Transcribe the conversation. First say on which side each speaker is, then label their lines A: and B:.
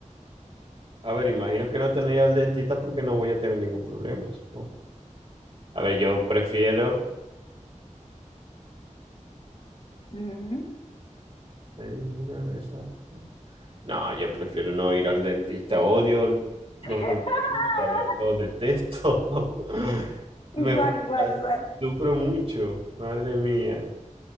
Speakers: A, on the right (about 45°); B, on the left (about 50°).
A: A ver, imagino que no tener que ir al dentista porque no voy a tener ningún problema, supongo. A ver, yo prefiero...
B: Mm.
A: ¿Ser inmune a resaca? No, yo prefiero no ir al dentista. Odio los
B: <laughs>
A: dentistas, lo- los, detesto. <laughs> Me
B: Igual,
A: gusta,
B: igual, igual.
A: sufro mucho, madre mía.